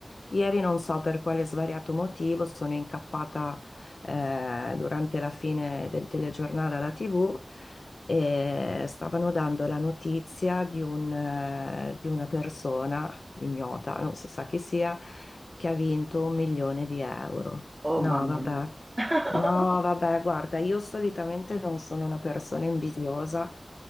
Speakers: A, on the left (about 80°); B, on the right (about 20°).
A: Ieri non so per quale svariato motivo sono incappata eh, durante la fine del telegiornale alla TV e stavano dando la notizia di un, eh, di una persona ignota, non si sa chi sia, che ha vinto un milione di euro.
B: Oh
A: No,
B: mamma
A: vabbè.
B: mia. <laughs>
A: No, vabbè, guarda, io solitamente non sono una persona invidiosa,